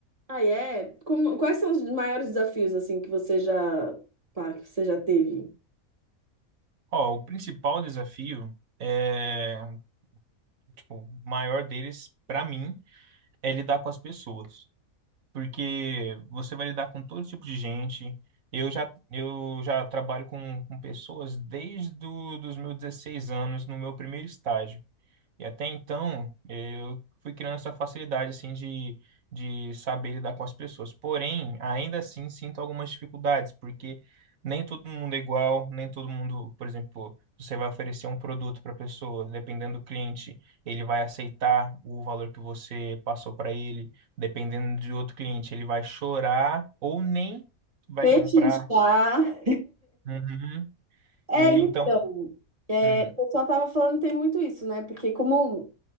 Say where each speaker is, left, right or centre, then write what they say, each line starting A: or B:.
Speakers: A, on the right (about 25°); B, on the right (about 70°).
A: Ah, é? Como- quais são os maiores desafios assim que você já, pá, que você já teve?
B: Ó, o principal desafio é, tipo, o maior deles, pra mim, é lidar com as pessoas. porque você vai lidar com todo tipo de gente. Eu já, eu já trabalho com, com pessoas desde do, dos meus 16 anos, no meu primeiro estágio. E até então, eu fui criando essa facilidade, assim, de, de saber lidar com as pessoas. Porém, ainda assim, sinto algumas dificuldades, porque nem todo mundo é igual, nem todo mundo, por exemplo, você vai oferecer um produto para a pessoa, dependendo do cliente, ele vai aceitar o valor que você passou para ele, dependendo de outro cliente, ele vai chorar ou nem vai
A: Pechinchar.
B: comprar. Uhum.
A: É,
B: E
A: então,
B: então,
A: é,
B: hum,
A: o pessoal tava falando que tem muito isso, né? Porque como